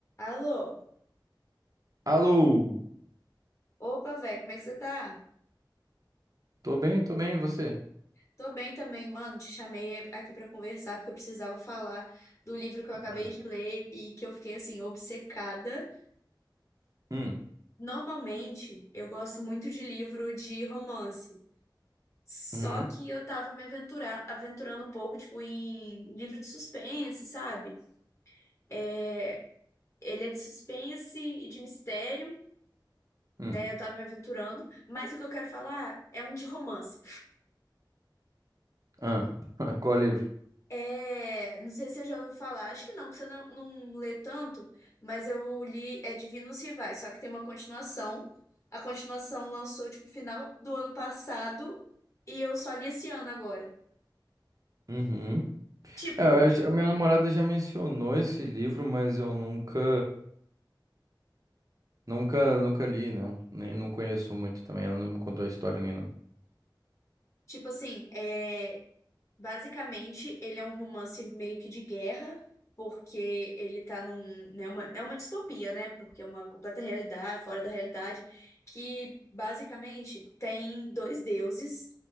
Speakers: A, on the left; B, on the right.
A: Alô?
B: Alô,
A: Opa, velho, como é que você tá?
B: tô bem, tô bem, e você?
A: Tô bem também, mano. Te chamei aqui pra conversar porque eu precisava falar do livro que eu acabei
B: Hum.
A: de ler e que eu fiquei assim obcecada.
B: Hum,
A: Normalmente, eu gosto muito de livro de romance. Só
B: uhum,
A: que eu tava me aventurar, aventurando um pouco, tipo, em livro de suspense, sabe? É, Ele é de suspense e de mistério,
B: hum.
A: né? Eu tava me aventurando, mas o que eu quero falar é um de romance.
B: Ah, <laughs> qual livro?
A: É, não sei se você já ouviu falar, acho que não, que você não, não lê tanto, mas eu li é Divinos Rivais, só que tem uma continuação. A continuação lançou, tipo, final do ano passado e eu só li esse ano agora.
B: Uhum.
A: Tipo,
B: É, eu acho- a minha namorada já mencionou esse livro, mas eu nunca, nunca, nunca li, não. Nem não conheço muito também, ela não me contou a história nem nada.
A: tipo assim, é Basicamente, ele é um romance meio que de guerra, porque ele tá num, né, uma, é uma distopia, né? Porque é uma completa realidade, fora da realidade, que basicamente tem dois deuses